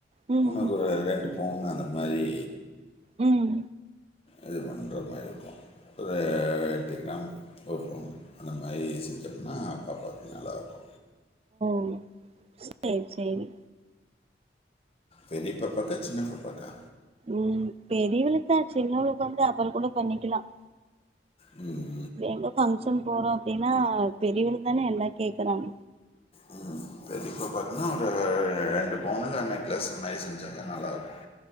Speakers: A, on the right; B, on the left.
A: ம்
B: உனக்கு ஒரு ரெண்டு பொவுனு அந்த மாரி
A: ம்
B: இது பண்ற மாரி இருக்கு ஒரு எட்டு கிராம் ஒரு பவுன் அந்த மாரி செஞ்சோம்னா பாப்பாக்கு நல்லாருக்கு
A: ம் சேரி சேரி
B: பெரிய பாப்பாக்கா சின்ன பாப்பாக்கா
A: ம் பெரியவளக்குதான் சின்னவளுக்கு வந்து அப்பறம் கூட பண்ணிக்கலாம்
B: ம்
A: எங்க பங்க்ஷன் போறோம் அப்படின்னா பெரியவளுக்கு தானே எல்லா கேக்கறாங்க
B: ம் பெரிய பாப்பாக்குனா ஒரு ரெண்டு பவுனல நெக்லஸ் மாரி செஞ்சாத நல்லாருக்கும்